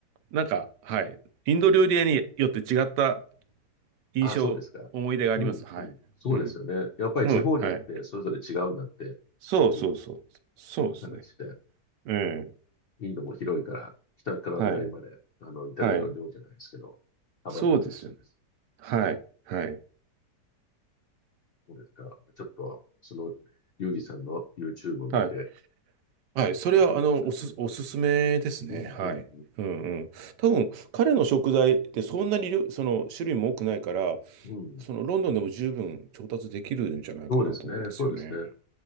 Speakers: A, on the right; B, on the left.
A: なんか、はい。インド料理屋によって違った印象、
B: あ、そうですか。
A: 思い出があります。
B: うん、
A: はい。
B: うん。そうですよね。
A: うん。
B: やっぱり地方によってそれぞれ違うんだって
A: うん、はい。そうそうそう。
B: いう
A: そうですね。
B: 話で、
A: うん。
B: インドも広いから、北から南まで、
A: はい。
B: あの、イタリアの領じゃないですけど、
A: はい。
B: 幅があるらしいです。
A: そうですよね。はい。はい。
B: そうですか。ちょっと、その、リュウジさんの YouTube を見て、
A: はい。はい、それは、
B: いろう僕もやってみる。
A: あの、おす、おすすめですね。
B: うん、
A: はい。
B: うん、うん、
A: うんうん。多分、彼の食材ってそんなに量、その、種類も多くないから、
B: うん。うん。
A: その、ロンドンでも十分調達できるんじゃないかなと思うんですよね。
B: そうですね。そうですね。